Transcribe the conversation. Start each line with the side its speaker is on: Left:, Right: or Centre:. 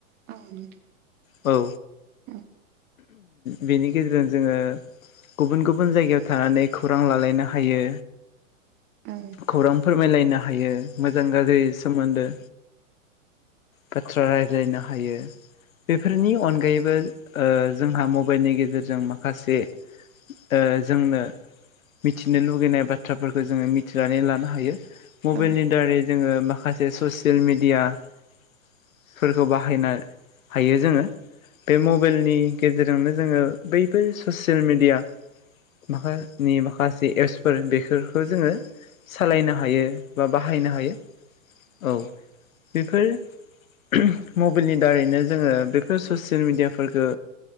Right: औ नोंथां‌।
Left: औ।
Right: औ
Left: बेनि गेजेरजों जोङो गुबुन गुबुन जायगायाव थानानै खौरां लालायनो हायो।
Right: औ
Left: खौरां फोरमायलायनो हायो मोजां गाज्रि सोमोन्दो बाथ्रा रायज्लायनो हायो बेफोरनि अनगायैबो ओ जोंहा मबाइलनि गेजेरजों माखासे ओ जोंनो मिथिनो लुगैनाय बाथ्राफोरखो जोङो मिथिनानै लानो हायो मबाइलनि
Right: औ
Left: दारै जोङो माखासे ससियेल मेडियाफोरखौ बाहायनो हायो जोङो बे मबाइलनि गेजेरजोंनो जोङो बैफोर ससियेल मिडिया माखानि माखासे एप्सफोर बेफोरखो जोङो सालायनो हायो बा बाहायनो हायो औ बेफोर <unintelligible> मबिइलनि दारैनो जोङो बेफोर ससियेल मिडिया फोरखो